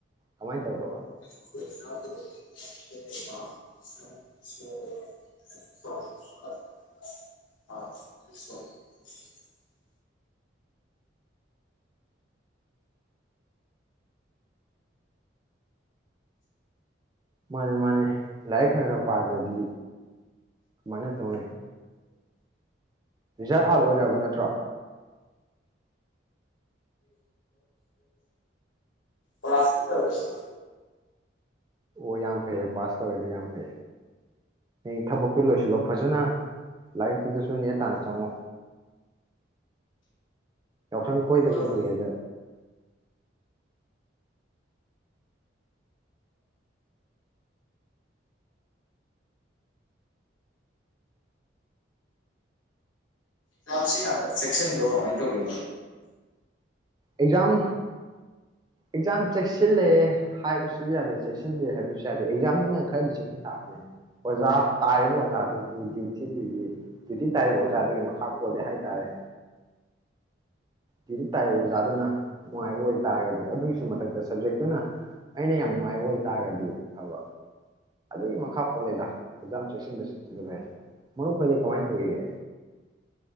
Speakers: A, on the right; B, on the left.
A: ꯀꯃꯥꯏꯅ ꯇꯧꯔꯕ
B: <inaudible>
A: ꯃꯥꯅꯦ ꯃꯥꯅꯦ ꯂꯥꯏꯔꯤꯛ ꯈꯔ ꯈꯔ ꯄꯥꯗ꯭ꯔꯗꯤ ꯀꯃꯥꯏꯅ ꯇꯧꯅꯩ ꯔꯤꯖꯜꯠ ꯑꯥꯎꯠ ꯑꯣꯏꯔꯕ ꯅꯠꯇ꯭ꯔꯣ
B: ꯄꯥꯁꯇꯤ ꯇꯧꯔꯦꯗꫭ
A: ꯑꯣ ꯌꯥꯝ ꯐꯩꯌꯦ ꯄꯥꯁ ꯇꯧꯋꯦꯗ ꯌꯥꯝ ꯐꯩꯌꯦ ꯍꯌꯦꯡ ꯊꯕꯛꯇꯨ ꯂꯣꯏꯁꯤꯜꯂꯣ ꯐꯖꯅ ꯂꯥꯏꯔꯤꯛꯇꯨꯗꯁꯨ ꯅꯦ ꯇꯥꯅ ꯆꯪꯉꯣ ꯌꯥꯎꯁꯪ ꯀꯣꯏꯗꯕ
B: ꯃꯔꯨꯞ
A: ꯀꯨꯏꯌꯦꯗ
B: ꯑꯦꯛꯖꯝꯁꯤ ꯍꯥꯟꯅ ꯆꯦꯛꯁꯟ ꯕꯔꫭ ꯀꯃꯥꯏ ꯇꯧꯒꯦ
A: ꯑꯦꯛꯖꯥꯝ ꯑꯦꯛꯖꯥꯝ ꯆꯦꯛꯁꯤꯜꯂꯦ ꯍꯥꯏꯕꯁꯨ ꯌꯥꯗꯦ ꯆꯦꯛꯁꯤꯜꯂꯦ ꯍꯥꯏꯕꯁꯨ ꯌꯥꯗꯦ ꯑꯦꯛꯖꯥꯝꯗꯨꯅ ꯈꯔꯗꯤ ꯆꯦꯛꯁꯤꯟ ꯊꯥꯕꯅꯦ ꯑꯣꯖꯥ ꯇꯥꯔꯤꯕ ꯑꯣꯖꯥꯗꯨꯒꯤ ꯗ꯭ꯌꯨꯇꯤꯗꯨꯒꯤ ꯗ꯭ꯌꯨꯇꯤ ꯇꯥꯔꯤꯕ ꯑꯣꯖꯥꯗꯨꯒꯤ ꯃꯈꯥ ꯄꯣꯜꯂꯦ ꯍꯥꯏꯇꯥꯔꯦ ꯗ꯭ꯌꯨꯇꯤ ꯇꯥꯔꯤꯕ ꯑꯣꯖꯥ ꯑꯗꯨꯅ ꯅꯨꯡꯉꯥꯏꯕ ꯑꯣꯏꯇꯥꯥꯔꯒꯗꯤ ꯑꯗꯨꯒꯤꯁꯨ ꯃꯊꯛꯇ ꯁꯕꯖꯦꯛꯇꯨꯅ ꯑꯩꯅ ꯌꯥꯝ ꯅꯨꯡꯉꯥꯏꯕ ꯑꯣꯏꯇꯥꯥꯔꯒꯗꯤ ꯐꯕ ꯑꯗꯨꯒꯤ ꯃꯈꯥ ꯄꯣꯜꯂꯦꯗ ꯑꯦꯛꯖꯥꯝ ꯆꯦꯛꯁꯤꯟꯕ ꯆꯦꯛꯁꯤꯟꯗꯕ ꯍꯥꯏꯁꯦ ꯃꯔꯨꯞ ꯐꯗꯤꯩ ꯀꯃꯥꯏꯅ ꯇꯧꯔꯤꯒꯦ